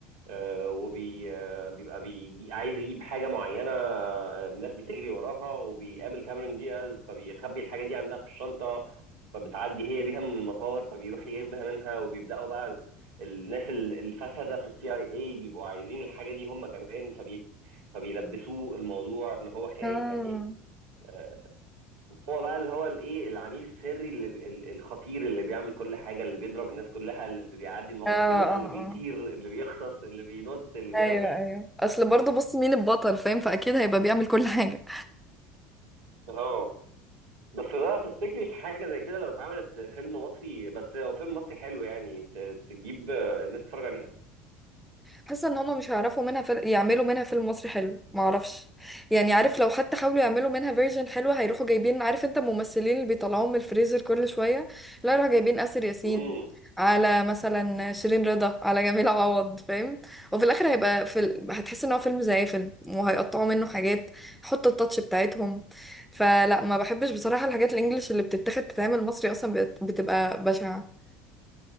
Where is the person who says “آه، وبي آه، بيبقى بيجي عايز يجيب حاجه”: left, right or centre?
Right